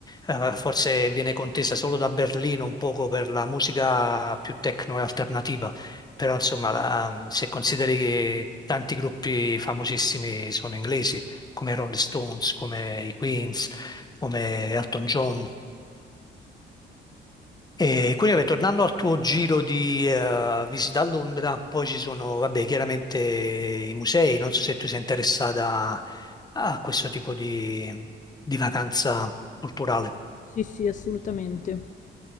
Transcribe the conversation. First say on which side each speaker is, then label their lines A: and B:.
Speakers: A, on the left; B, on the left.
A: Eh, forse viene contesa solo da Berlino un poco per la musica più techno e alternativa però insomma la- se consideri che tanti gruppi famosissimi sono inglesi, come i Rolling Stones, come i Queens, come Elton John. E quindi vabbè, tornando al tuo giro di eh, visita a Londra, poi ci sono, vabbè, chiaramente i musei, non so se tu sei interessata a questo tipo di, di vacanza culturale.
B: Sì, sì, assolutamente.